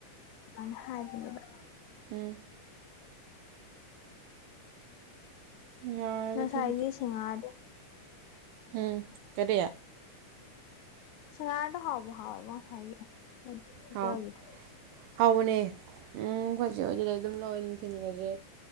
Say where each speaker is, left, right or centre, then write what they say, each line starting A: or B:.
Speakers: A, on the left; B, on the right.
A: ꯑꯗꯨꯃꯥꯏꯅ ꯍꯥꯏꯕꯅꯦꯕ
B: ꯎꯝ ꯌꯥꯔꯦꯗ
A: ꯉꯁꯥꯏꯒꯤ
B: ꯑꯗꯨꯕꯨꯗꯤ
A: ꯁꯤꯡꯍꯥꯔꯗꯣ
B: ꯎꯝ ꯀꯔꯤ
A: ꯁꯤꯡꯉꯥꯔꯗꯣ ꯍꯥꯎꯕ ꯍꯥꯎꯋꯦꯕꯣ ꯉꯁꯥꯏꯒꯤ ꯍꯣꯇꯦꯜꯒꯤꯗꯣ
B: ꯍꯥꯎ ꯍꯥꯎꯕꯅꯦ ꯎꯝ ꯑꯩꯈꯣꯏ ꯍꯧꯖꯤꯛ ꯑꯗꯨꯝ ꯂꯧꯋꯦ ꯅꯨꯡꯊꯤꯟꯒꯁꯦ